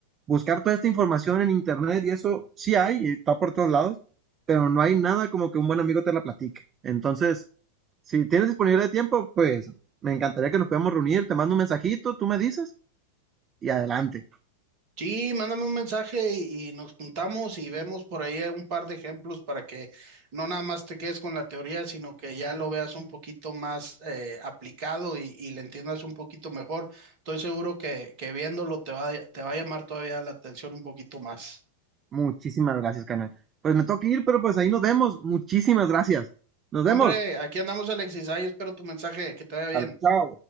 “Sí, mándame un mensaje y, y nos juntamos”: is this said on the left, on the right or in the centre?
Right